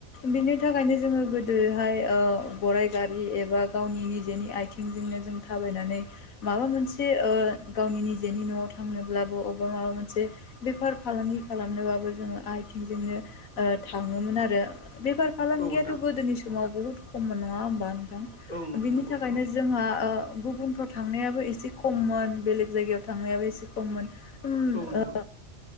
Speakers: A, on the left; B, on the left.
A: बिनि थाखायनो जोङो गोदो। बेहाय ओ गराइ गारि एबा गावनि निजेनि आथिंजोंनो जों थाबायनानै माबा मोनसे ओ गावनि निजेनि न'आव थांनोब्लाबो अबेबा माबा मोनसे मोनसे बेफार फालांगि खालामनोबाबो जोङो आथिंजोंनो ओ थाङोमोन आरो बेफार फालांगियाथ'
B: नोंथां औ नोंथां
A: गोदोनि समाव बहुद खममोन नङा होमबा
B: औ नोंथां
A: बिनि
B: नंगौ
A: थाखायनो
B: नंगौ
A: जोंहा गुबुनफ्राव थांनायाबो एसे खममोन बेलेग जायगायाव थांनायाबो एसे खममोन उम
B: औ नोंथां
A: ओ